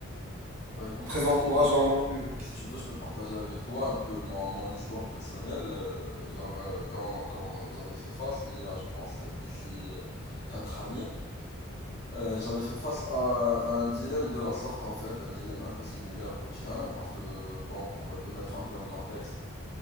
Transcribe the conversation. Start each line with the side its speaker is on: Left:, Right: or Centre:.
Left: bah, écoute,
Right: très
Left: comme
Right: encourageant
Left: je t'ai dit,
Right: non plus.
Left: si tu veux, je peux partager avec toi un peu mon, mon histoire personnelle. euh, genre, euh, quand, quand j'avais fait face, il y a, je pense, euh, d'ici euh, quatre années, euh, j'avais fait face à, à un dilemme de la sorte, en fait, un dilemme un peu similaire au tien, parce que, bon, pour te mettre un peu en contexte,